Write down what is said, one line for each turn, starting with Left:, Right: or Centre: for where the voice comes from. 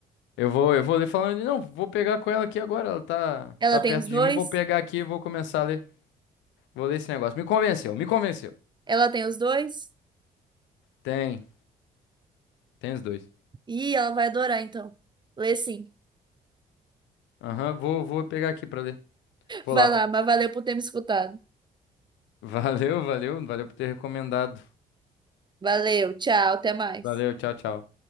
Left: Eu vou, eu vou ler falando, não, vou pegar com ela aqui agora, ela tá,
Right: Ela
Left: tá
Right: tem
Left: perto
Right: os dois?
Left: de mim, vou pegar aqui e vou começar a ler. Vou ler esse negócio. Me convenceu, me convenceu.
Right: Ela tem os dois?
Left: Tem. Tem os dois.
Right: Ih, ela vai adorar, então. Lê sim.
Left: Aham, vou, vou pegar aqui pra ler. Vou
Right: Vai
Left: lá.
Right: lá, mas valeu por ter me escutado.
Left: Valeu, valeu. Valeu por ter recomendado.
Right: Valeu, tchau, até mais.
Left: Valeu, tchau, tchau.